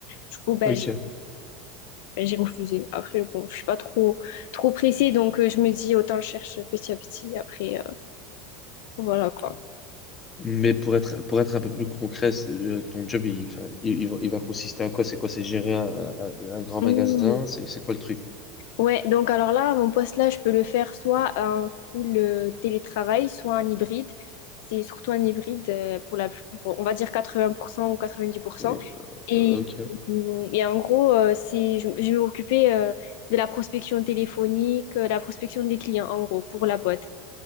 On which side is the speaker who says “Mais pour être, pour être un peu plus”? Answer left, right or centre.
Left